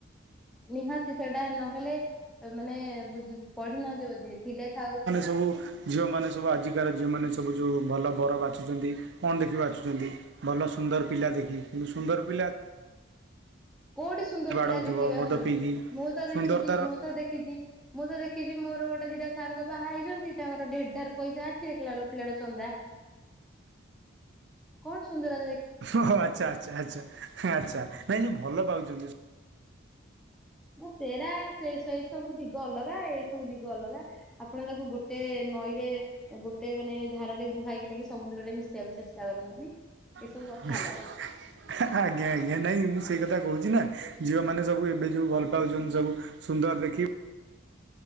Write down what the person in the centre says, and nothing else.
ନିହାତି ସେଇଟା ନହେଲେ ମାନେ ବୁ ପଢିନାହାନ୍ତି ବୋଧେ ଥିଲେ ଥାଉ
କୋଉଠି ସୁନ୍ଦର
ପିଲା ଦେଖିବାଛୁଛନ୍ତି?
ମୁଁ ତ
ଦେଖିଛି ମୁଁ ତ ଦେଖିଛି ମୁଁ ତ ଦେଖିଛି ମୋର ଗୋଟେ ଦିଟା ସାଙ୍ଗ ବାହା ହେଇଛନ୍ତି। ତାଙ୍କର ଢେ ଢାର ପଇସା ଅଛି ଦେଖିଲା ବେଳକୁ ପିଲାଟା ଚନ୍ଦା କଣ ସୁନ୍ଦରା
ମୁଁ ସେରା ସେ ସେଇ ସବୁ ଦିଗ ଅଲଗା ଏଇ ସବୁ ଦିଗ ଅଲଗା। ଆପଣ ତାକୁ ଗୋଟେ ନଈରେ ଗୋଟେ ମାନେ ଧାରାରେ ବୁହାଇକି ନେଇକି ସମୁଦ୍ରରେ ମିଶିବାକୁ ଚେଷ୍ଟା କରନ୍ତୁନି। ଏସବୁ
କଥା ଅଲଗା।